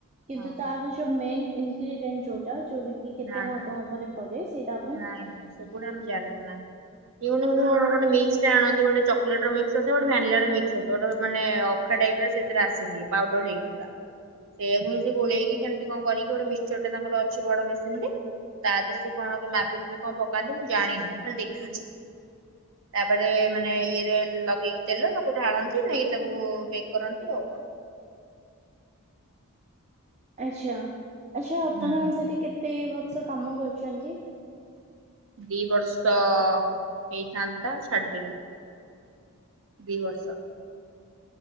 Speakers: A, on the right; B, on the right.
A: କିନ୍ତୁ
B: ହଁ
A: ତାର ଯୋଉ ମେନ୍ ଇନଗ୍ରିଡିଏଣ୍ଟ ଯୋଉଟା ଯୋଉଟା କି କେତେ
B: ନା ନା
A: ଭାଗ ହବ ଦେ ପରେ ସେଇଟା ଆପ
B: ନାଇଁ ସେଗୁଡ଼ା ମୁଁ ଜାଣିନି ନାଁ। ଇଏ କଣ ଗୋଟେ ମିକ୍ସି ଆଣନ୍ତି ଗୋଟେ ଚକୋଲେଟ୍ ର ମିକ୍ସ ଆସେ ଗୋଟେ ଭୟାନଲାର ମିକ୍ସି ଆସେ ଗୋଟେ ମାନେ ସୁଖା ଟାଇପ୍ ର ସେଇଥିରେ ଆସେ ସିଏ ପାଉଡର ହେଇକି ପୁରା। ସେଇଆକୁ ହିଁ ସେ ଗୋଳେଇକି କେମିତି କଣ କରିକି ଗୋଟେ ମିକ୍ସର ଟେ ତାଙ୍କର ଅଛି ବଡ଼ ମେସିନ୍ ଟେ ତା ଦେହରେ ସେ କଣ ଗ ମାପିଜୁପିକି କଣ ପକାନ୍ତି ମୁଁ ଜାଣିନି ମୁଁ ଖାଲି ଦେଖିଚି।
A: <inaudible>
B: ତାପରେ ମାନେ ଇଏରେ ଲଗେଇକି ତେଲ ତାକୁ ଢାଳନ୍ତି ନେଇକି ତାକୁ କେକ୍ କରନ୍ତି ଆଉ କଣ।
A: ଆଚ୍ଛା ଆଚ୍ଛା ଆପଣ
B: ହୁଁ।
A: ସେଠି କେତେ ବର୍ଷ କାମ କରିଛନ୍ତି।
B: ଦି ବର୍ଷ ହେଇଥାନ୍ତା ଛାଡ଼ିଦେଲି। ଦି ବର୍ଷ।